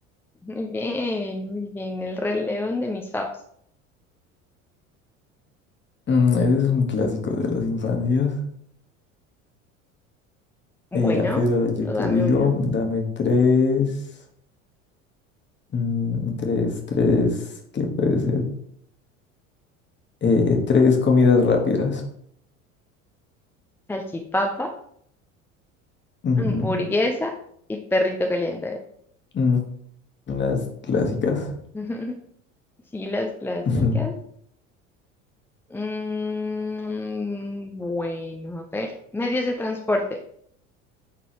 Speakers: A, in the centre; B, on the left (about 25°).
A: Muy bien, muy bien. El Rey León de mis faves.
B: Mm, ese es un clásico de las infancias.
A: Bueno,
B: Eh, a ver, ahora yo
A: tú
B: te
A: dame
B: digo,
A: una.
B: dame tres, mm, tres, tres, ¿qué puede ser? Eh, tres comidas rápidas.
A: Salchipapa
B: Ujú.
A: Hamburguesa y perrito caliente.
B: Mm, Las clásicas.
A: <laughs> Sí, las clásicas.
B: Ujú.
A: Mm, bueno, a ver. Medios de transporte.